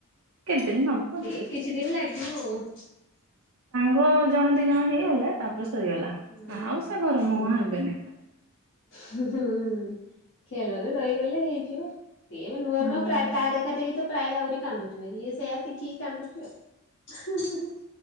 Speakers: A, on the right; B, on the left.
A: କେଦିନ ମ
B: ଏଇ କିଛି ଦିନ ଲାଗିବ ଆଉ।
A: ପ ଜଣେ ଦି ଜଣ ହେଇଗଲେ ତାରେ ରୋଷଇଗଲା
B: ହୁଁ
A: ଆଉ ସେ ଘରମ
B: ହୁଁ
A: ମୁଆଁ ହେବେନି।
B: ହୁଁ ଖେଳରେ ରହିଗଲେ ହେଇଯିବ। ଏ ନୂଆ
A: ହଁ
B: ନହଁ ପ୍ର ତା ଦେଖା ଦେଖି ତ ପ୍ରାୟ ଆହୁରି କାନ୍ଦୁଥିବେ ଇଏ ସେୟା ଶିଖିକି କାନ୍ଦୁଛି ଆଉ।